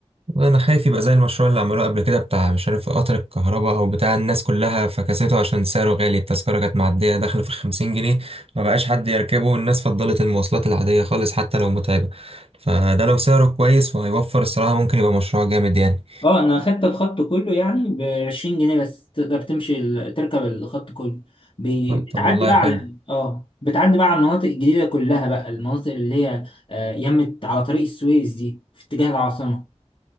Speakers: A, on the right; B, on the left.
A: والله انا خايف يبقى زي المشروع اللي عملوه قبل كده بتاع مش عارف قطر الكهرباء او بتاع الناس كلها فكسته عشان سعره غالي التذكرة كانت معدية داخل في خمسين جنيه ما بقاش حد يركبه والناس فضلت المواصلات العادية خالص حتى لو متعبة فده لو سعره كويس وهيوفر الصراحة ممكن يبقى مشروع جامد يعني
B: اه انا اخدت الخط كله يعني ب 20 جنيه بس تقدر تمشي ال- تركب الخط كله ب- بتعدي
A: طب والله
B: بقى
A: حلو
B: على اه بتعدي بقى على المناطق الجديده كلها بقى المناطق اللي هي آه، يمت على طريق السويس دي في اتجاه العاصمه